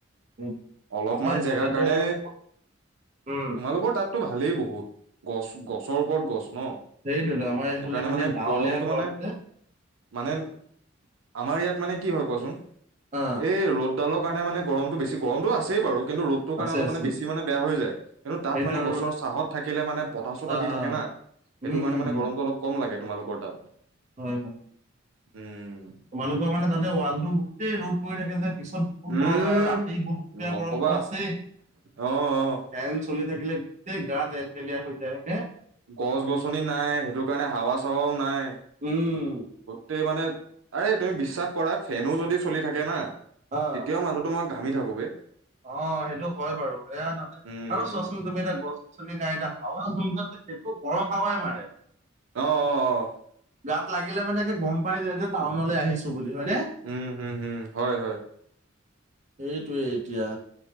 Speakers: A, on the right; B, on the right.
A: সেইটো
B: অলপমান
A: আমাৰ এই
B: জেগাৰ
A: চাইডটো
B: কাৰণে
A: বহুত উম
B: তোমালোকৰ তাততো ভালেই বহুত গছ গছৰ ওপৰত গছ ন
A: সেইটোৱেতো আমাৰ এইফালে
B: সেইকাৰণে মানে
A: গাঁৱলীয়া
B: গৰমটো
A: ঘৰত
B: মানে
A: যে
B: মানে আমাৰ ইয়াত মানে কি হয় কোৱাচোন
A: অ
B: এই ৰ'দডালৰ কাৰণে মানে গৰমটো বেছি গৰমটো আছেই বাৰু। কিন্তু ৰ'দটোৰ কাৰণে
A: আছে
B: অলপ
A: আছে
B: মানে বেছি মানে বেয়া হৈ যায় কিন্তু তাত
A: সেইটো
B: মানে
A: আৰু
B: গছৰ চাহত থাকিলে মানে বতাহ চতাহ
A: অ
B: দি
A: অ
B: থাকে না। সেইটো
A: উম
B: কাৰণে
A: উম
B: মানে
A: উম
B: গৰমটো অলপ কম লাগে তোমালোকৰ তাত
A: হয় হয়
B: উম
A: তোমালোকৰ মানে তাতে ৱালটো গোটেই ৰ'দ পৰি থাকে যে পিছত বহুত
B: উম,
A: গৰম হয় আৰু ৰাতি গুপপীয়া
B: নকবা
A: গৰমটো আছেই
B: অ', অ'।
A: ফেনচ চলি থাকিলে গোটেই গা তেল তেলিয়া হৈ যায় হয় নে
B: গছ গছনি নাই সেইটো কাৰণে হাৱা চাৱাও নাই
A: উম
B: ত মানে আৰে তুমি বিশ্বাস কৰা ফেনো যদি চলি থাকে না
A: অ
B: তেতিয়াও মানুহটো মই ঘামি থাকোঁ বে
A: অ সেইটো হয় বাৰু এয়া তাতে
B: উম
A: আৰু চোৱাচোন তুমি এতিয়া গছ গছনি নাই এতিয়া হাৱা চোন সেইটো গৰম হাৱাই মাৰে
B: অ অ অ
A: গাত লাগিলে মানে গম পাই যায় যে টাউনলৈ আহিছো বুলি হয়নে
B: উম উম হয় হয়
A: সেইটোৱেই এতিয়া